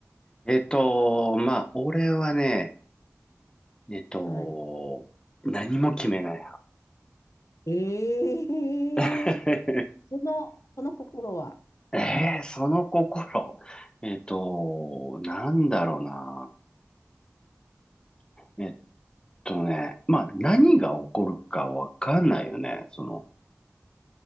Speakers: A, on the left; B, on the left.
A: えっと、まあ、俺はね、えっと、
B: はい。
A: 何も決めない
B: ええ
A: 派。
B: その、その心は。
A: <laughs> えー、その心。えっと、なんだろうな。えっとね、まあ、何が起こるかわかんないよね。その、